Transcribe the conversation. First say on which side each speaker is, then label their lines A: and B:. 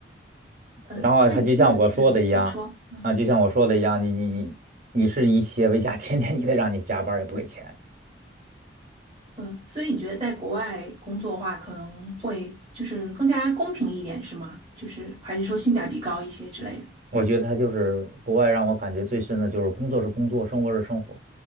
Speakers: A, on the right (about 30°); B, on the right (about 45°).
A: 嗯，
B: 然后他就像我说的一样，
A: 那你现在，嗯，你说，嗯
B: 啊，就像我说的一样，你你你你是以企业为家，<laughs> 天天你得让你加班儿也不给钱。
A: 嗯，所以你觉得在国外工作的话，可能会就是更加公平一点，是吗？就是还是说性价比高一些之类的？
B: 我觉得他就是国外让我感觉最深的就是工作是工作，生活是生活。